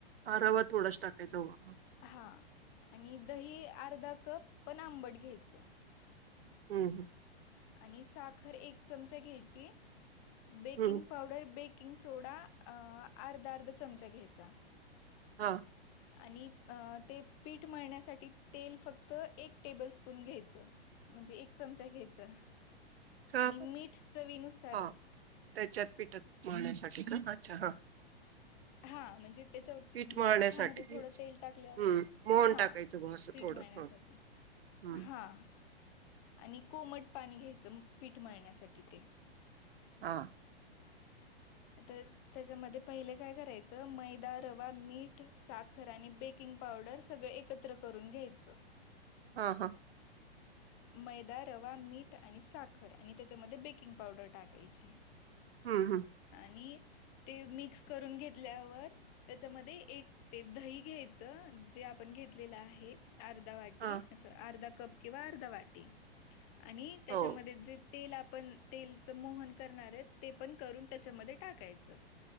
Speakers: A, on the right; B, on the left.
A: हा रवा थोडाच टाकायचा हो
B: हा आणि दही अर्धा कप पण आंबट घ्यायचं.
A: हम्म हम्
B: आणि साखर एक चमचा घ्यायची baking
A: हम्म,
B: powder bake baking soda अर्धा अर्धा चमचा घ्यायचा.
A: हा
B: आणि ते पीठ मळण्यासाठी तेल फक्त एक टेबल स्पून घ्यायचं. म्हणजे एक चमचा घ्यायचा
A: का
B: आणि
A: बरं?
B: मीठ चवीनुसार
A: हा त्याच्यात पिठात मळण्यासाठी का अच्छा हा
B: हा म्हणजे त्याच्या
A: पीठ मळण्यासाठी.
B: पिठामध्ये थोडं तेल टाकल्यावर
A: हम्म, मोहन
B: हा
A: टाकायचं बुवा असं
B: पीठ
A: थोडं.
B: मळण्यासाठी
A: हं, हं,
B: हा आणि कोमट पाणी घ्यायचं पीठ मळण्यासाठी ते
A: हा
B: तर त्याच्यामध्ये पहिले काय करायचं मैदा रवा मीठ साखर आणि बेकिंग पावडर सगळ एकत्र करून घ्यायच.
A: हा हा.
B: <inaudible> मैदा, रवा, मीठ आणि साखर आणि त्याच्यामध्ये बेकिंग पावडर टाकायची.
A: हम्म हम्.
B: आणि ते मिक्स करून घेतल्यावर त्याच्यामध्ये एक ते दही घ्यायचं. जे आपण घेतलेलं आहे. अर्धा वाटी
A: हा
B: असं अर्धा कप किंवा अर्धा वाटी आणि त्याच्यामध्ये
A: हो
B: जे तेल आपण तेलच मोहन करणार आहे ते पण करून त्याच्यामध्ये टाकायचं.